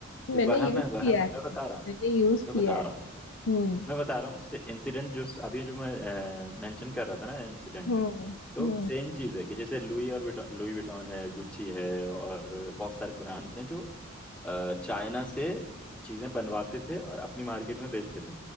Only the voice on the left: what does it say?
मैंने
यूज
किया
है
मैंने यूज
किया
है
हम्म
हम्म
हम्म